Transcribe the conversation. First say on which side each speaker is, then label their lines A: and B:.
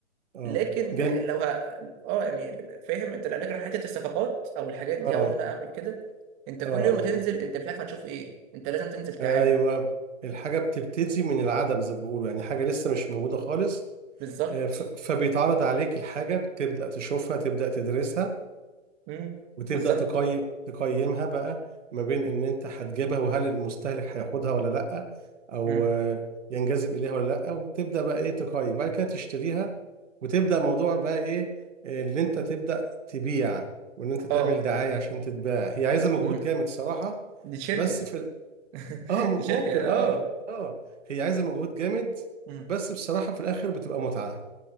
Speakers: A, on the right; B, on the right.
A: اه
B: لكن
A: جم...
B: لو ه... اه يعني فاهم انت لا- لكن حته الصفقات او الحاجات دي
A: اه
B: او ان انا اعمل كده انت كل
A: اه
B: يوم
A: اه
B: تنزل انت مش عارف هتشوف ايه انت لازم تنزل تعامل
A: ايوه الحاجة بتبتدي من العدم زي ما بيقولوا يعني حاجة لسه مش موجودة خالص
B: بالظبط
A: آه، ف- فبيتعرض عليك الحاجة بتبدأ تشوفها تبدأ تدرسها
B: امم
A: وتبدأ
B: بالظبط
A: تقيم تقيمها بقى ما بين ان انت هتجيبها وهل المستهلك هياخدها ولا لا او
B: امم
A: آه، ينجذب اليها ولا لا وتبدأ بقى ايه تقيم بعد كده تشتريها وتبدأ موضوع بقى ايه آه، اللي انت تبدأ تبيع وان انت تعمل
B: اه
A: دعاية عشان تتباع هي عايزة مجهود
B: امم
A: جامد صراحة
B: دي شركه
A: بس في ال...
B: <laughs>
A: اه م-
B: دي شركه
A: ممكن اه
B: اه
A: اه هي عايزة مجهود جامد
B: امم
A: بس بصراحة في الاخر بتبقى متعة